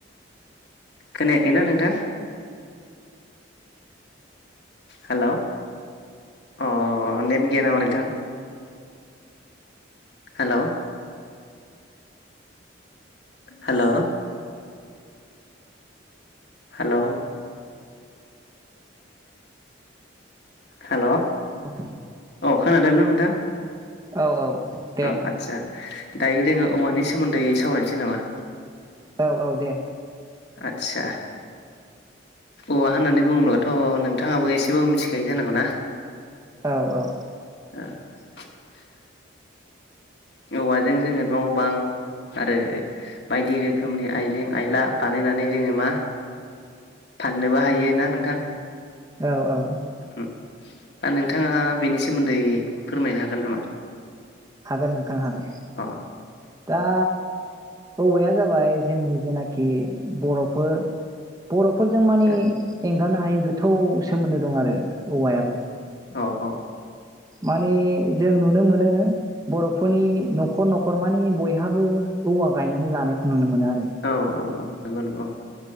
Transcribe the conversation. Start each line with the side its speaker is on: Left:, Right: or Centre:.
Left: खोनायाखैना नोंथां? हेलौ अ नेट गैया नामा नोंथां? हेलौ हेलौ हेल' हेल'
Right: अ
Left: अ खोनादोंना नोंथां?
Right: औ औ दे
Left: अ आदसा दायो जोङो औवानि सोमोन्दै सावरायनोसै नामा?
Right: औ औ दे।
Left: आदसा औवा होननानै बुङोब्लाथ' नोंथाङाबो एसेबाबो मिथिखायो जानांगौ ना?
Right: औ औ
Left: <inaudible> औवाजों जोङो न' बां आरो बायदि रोखोमनि आइजें आइला बानायनानै जोङो मा फाननोबो हायो ना नोंथां।
Right: औ औ।
Left: उम्म दा नोंथाङा बेनि सोमोन्दै फोरमायनो हागोन नामा?
Right: हागोन नोंथां हागोन।
Left: अ।
Right: दा औवाया जाबाय जोंनि जेनाखि बर'फोर बर' फोरजों माने
Left: आदसा
Right: हरगानो हायि गोथौ सोमोन्दो दं आरो। औवायाबो
Left: अ अ।
Right: माने जों नुनो मोनो बर'फोरनि न'खर न'खर मानि बयहाबो औवा गायनानै लानायखौ नुनो मोनो। नो आरो
Left: औ औ औ नंगौ नंगौ।